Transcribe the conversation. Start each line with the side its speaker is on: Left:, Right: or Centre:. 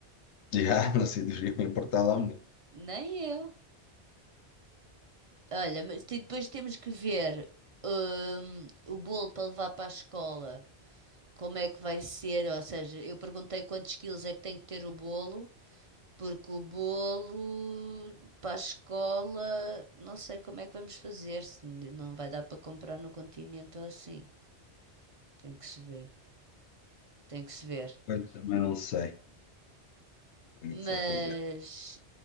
Left: <laughs> Já, não se deveriam importar lá muito.
Right: Nem eu. Olha, mas te- depois temos que ver hum, o bolo para levar para a escola. como é que vai ser, ou seja, eu perguntei quantos quilos é que tem que ter o bolo, porque o bolo para a escola, não sei como é que vamos fazer, se não vai dar para comprar no continente ou assim. Tem que se ver, tem que se ver.
Left: Portanto, também não sei como
Right: Mas
Left: é que se vai fazer.